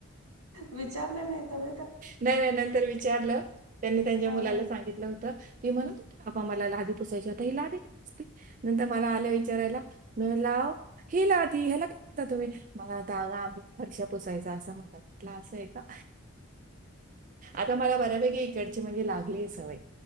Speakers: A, on the right; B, on the right.
A: विचारलं नाही तम
B: नाही नाही नंतर विचारलं त्यांनी त्यांच्या
A: हा
B: मुलाला
A: हा
B: सांगितलं होत ती म्हणत होती आपपा मला लादी पुोसायची आता ही लादी काय असते नंतर मला आल्या विचारायला मी लाव ही लादी ह्याला काय म्हणता तुम्ही मला होता अगा आम फरशा पुोसायचा असं म्ह वाटला असं आहे का आता मला बऱ्यापैकी इकडची म्हणजे लागली ह सवय